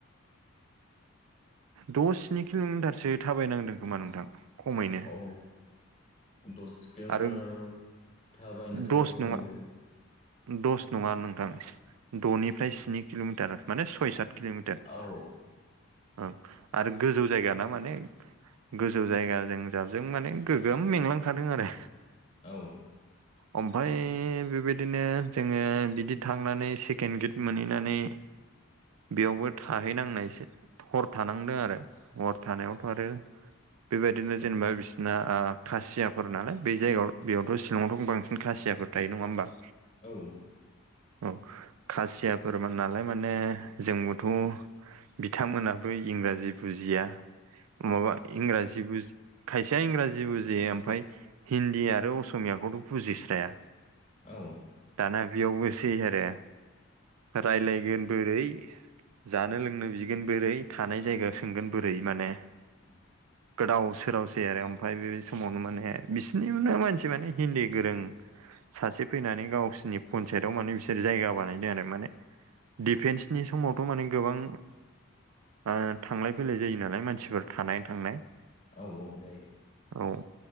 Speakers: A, on the right (about 85°); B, on the left (about 35°).
A: द' स्नि किल'मिटारसो थाबायनांदों खोमा नोंथां खमैनो
B: औ दस किल'मिटार
A: आरो
B: थाबायनोथ'
A: दस
B: खमैबो
A: नङा दस नङा नोंथां द'निफ्राय स्नि किल'मिटार माने सय सात किल'मिटार
B: औ
A: ओं आरो गोजौ जायगा ना माने गोजौ जायगाजों जाबजों माने गोग्गोम मेंलांखादों आरो।
B: औ औ
A: ओमफ्राय बेबायदिनो जोङो बिदि थांनानै सेकेन्ड गेद मोनहैनानै बेयावबो थाहैनांनायसो हर थानांदों आरो हर थानायावथ' आरो बेबायदिनो
B: औ
A: जेनेबा बिसिना ओ खासिया फोर नालाय बै जायगायाव बेयावथ' शिलंआवथ' बांसिन खासियाफोर थायो नङा होमबा?
B: औ
A: औ खासियाफोर नालाय माने जोंबोथ' बिथांमोनाबो इंराजि बुजिया माबा इंराजि बुजि खायसेया इंराजि बुजियो ओमफ्राय हिन्दी आरो असमियाखौथ' बुजिस्राया
B: औ
A: दाना बेयावबो सै आरो राय्लायगोन बोरै जानो लोंनो बिगोन बोरै थानाय जायगायाव सोंगोन बोरै माने
B: <inaudible>
A: गोदाव सोरावसै आरो ओमफ्राय बे समावनो माने बिसोरनिनो मानसि माने हिन्दी गोरों सासे फैनानै गावसिनि पन्सायताव माने बिसोर जायगा बानायदों आरो माने डफेन्सनि समावथ' माने गोबां ओ थांलाय फैलाय जायो नालाय मानसिफोर थानाय थांनाय
B: औ जायो।
A: औ